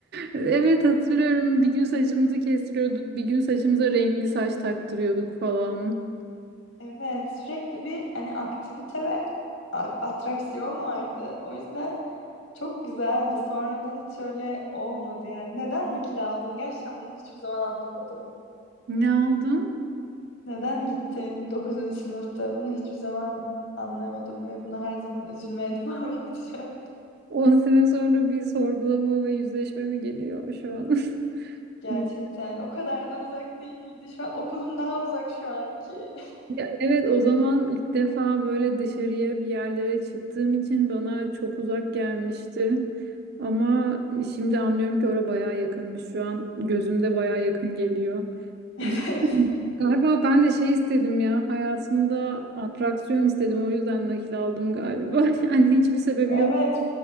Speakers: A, on the right; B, on the left.
A: Evet hatırlıyorum bir gün saçımızı kestiriyorduk bir gün saçımıza renkli saç taktırıyorduk falan.
B: Evet. Sürekli bir hani aktivite ve a- atraksiyon vardı. O yüzden çok güzeldi. Sonradan hiç öyle olmadı yani. Neden nakil aldın? Gerçekten bunu hiçbir zaman anlamadım.
A: Ne aldım?
B: Neden gittin Dokuzuncu sınıfta? Bunu hiçbir zaman anlayamadım ve buna her zaman üzülmeye <laughs> devam edeceğim.
A: On sene sonra bir sorgulama ve yüzleşme mi geliyor şu an?
B: Gerçekten
A: <laughs>
B: o kadar da uzak değildi. Şu an okulum daha uzak şu anki.
A: Ya evet o zaman ilk defa böyle dışarıya bir yerlere çıktığım için bana çok uzak gelmişti. Ama e, şimdi anlıyorum ki oraya bayağı yakınmış. Şu an gözümde bayağı yakın geliyor.
B: <laughs>
A: Bir-
B: Evet.
A: Galiba ben de şey istedim ya hayatımda atraksiyon istedim o yüzden nakil aldım galiba. <laughs> Yani hiçbir sebebi
B: Evet.
A: yok.